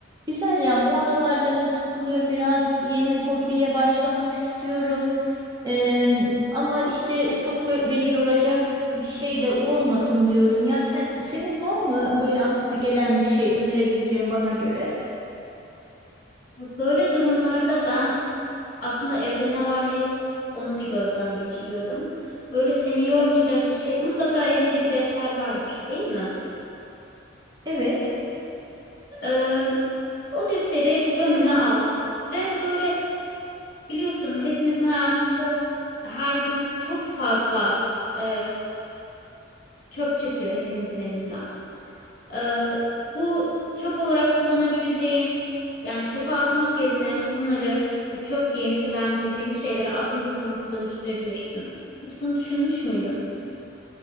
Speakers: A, on the right; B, on the left.
A: Güzel ya bu aralar canım sıkılıyor biraz yeni hobiye başlamak istiyorum Eee, ama işte çok bö- beni yoracak bir şey de olmasın diyorum ya sen, senin var mı
B: Ee,
A: böyle aklına gelen bir şey önerebileceğin bana göre?
B: Böyle durumlarda ben aslında evde ne var ne yok onu bir gözden geçiriyorum. Böyle seni yormayacak bir şey mutlaka evinde bir defter vardır, değil mi?
A: Evet
B: Ee, o defteri önüne al ve böyle biliyorsun hepimizin hayatında her gün çok fazla e, çöp çıkıyor hepimizin evinden. Ee, bu çöp olarak kullanabileceğin yani çöpe atmak yerine bunları bu çöp diye nitelendirdiğimiz şeyleri aslında sanata dönüştürebilirsin. Hiç bunu düşünmüş müydün?